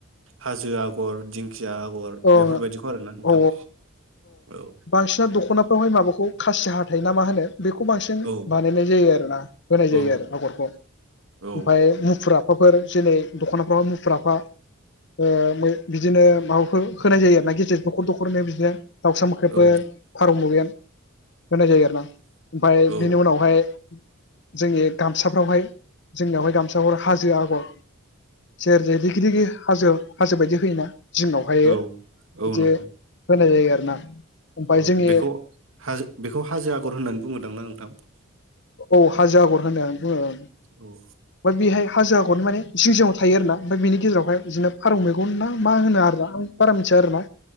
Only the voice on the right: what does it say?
हाजो आगर दिंखिया आगर
बेफोरबायदिखौ आरोना नोंथां
औ
औ
औ
औ
औ
औ
औ
औ नंगौ
औ
बेखौ हाजो बेखौ हाजो आगर होननानै बुंङोदांना नों <unintelligible>
औ